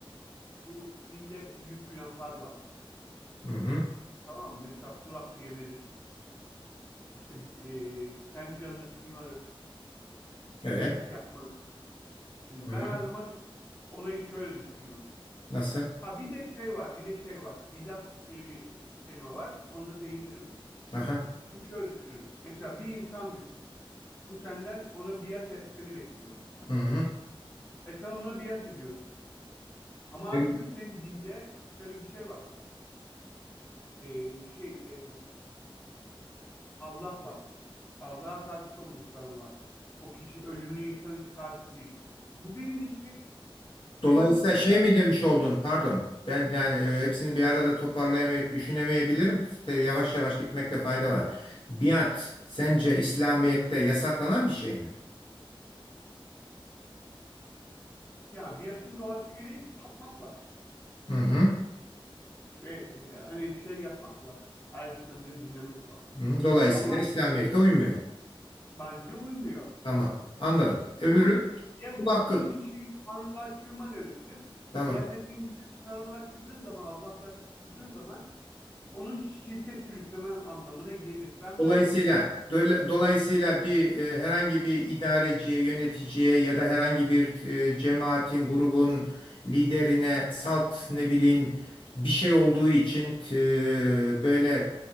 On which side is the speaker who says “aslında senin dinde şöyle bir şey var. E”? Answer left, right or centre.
Left